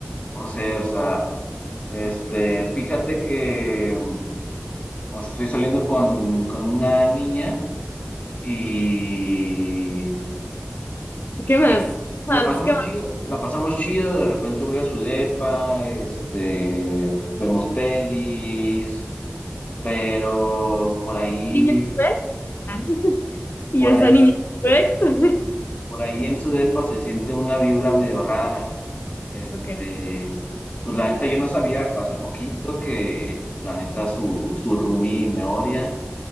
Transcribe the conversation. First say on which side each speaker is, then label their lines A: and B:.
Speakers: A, on the left (about 35°); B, on the left (about 55°).
A: no sé, o sea. Este, fíjate que, mm, o sea, estoy saliendo con, con una niña y,
B: ¿Qué más?
A: y, y
B: ¿Qué
A: la pasamos
B: más? ¿Qué más?
A: chido, la pasamos chido, de repente voy a su depa, este, vemos pelis, pero por ahí,
B: ¿Niña tu ex? Ah, <laughs> Y
A: por
B: yo, esa
A: ahí,
B: niña tu ex. <laughs>
A: por ahí en su depa se siente una vibra medio rara. Este,
B: Ok.
A: pues la neta yo no sabía hasta hace poquito que la neta su, su roomie me odia.